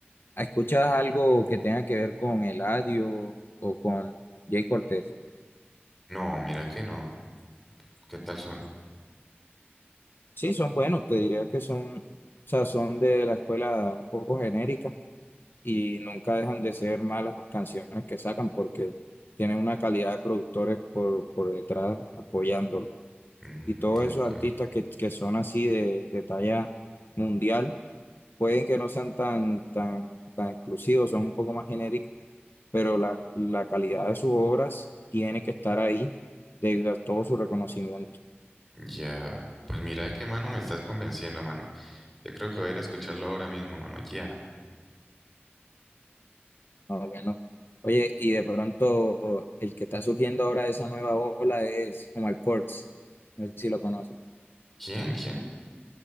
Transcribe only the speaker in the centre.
No, mira que no, ¿qué tal son?
Mm,
ok.
Ya. Pues mira qué mano me estás convenciendo, mano. Yo creo que voy a ir a escucharlo ahora mismo, mano. Ya.
¿Quién? ¿Quién?